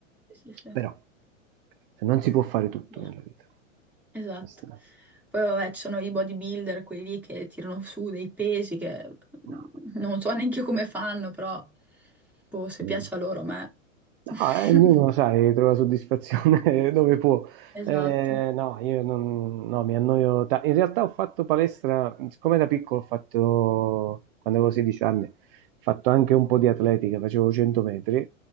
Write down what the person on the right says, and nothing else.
Però se non si può fare tutto
nella vita.
Questo- è-
No,
vabbè.
No,
eh, ognuno, sai, trova soddisfazione <laughs> dove può.
Eh, no, io non, no, mi annoio. ta- In realtà ho fatto palestra, siccome da piccolo ho fatto, quando avevo 16 anni, ho fatto anche un po' di atletica, facevo 100 metri,